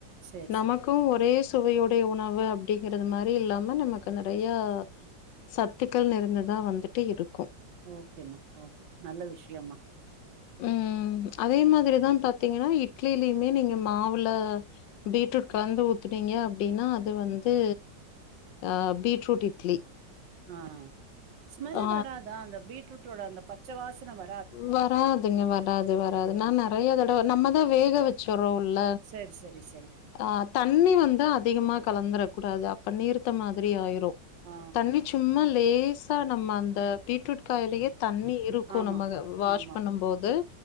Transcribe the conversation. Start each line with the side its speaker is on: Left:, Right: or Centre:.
Right: சேரி
Left: நமக்கு
Right: சேரி
Left: ஒரே சுவையோடைய உணவு அப்படிங்கறது மாறி இல்லாம நமக்கு நறையா சத்துக்கள் நிறைந்ததா வந்துட்டு இருக்கு
Right: ஓகேம்மா ஓகே நல்ல விஷயம்மா
Left: ம் அதே மாதிரிதா பாத்தீங்கன்னா இட்லிலயுமே நீங்க மாவுல பீட்ரூட் கலந்து ஊத்துனீங்க அப்டின்னா அது வந்து ஆ பீட்ரூட் இட்லி
Right: ஆ ஸ்மெல்
Left: ஆ
Right: வராதா அந்த பீட்ரூட்டோட அந்த பச்ச வாசன வ
Left: வராதுங்க வராது வராது
Right: ஆ
Left: நான் நறைய தடவ நம்மதா வேக வச்சறோல்ல
Right: சேர் சரி சரி
Left: ஆ தண்ணி வந்து அதிகமா கலந்துர கூடாது அப்ப நீர்த்த மாதிரி ஆயிரு
Right: ஆ
Left: தண்ணி சும்மா லேசா நம்ம அந்த பீட்ரூட் காய்லயே தண்ணி இரு இருக்கு
Right: ஆமா
Left: நம்ம அத வாஷ்
Right: ஆமா ஆமா
Left: பண்ணும் போது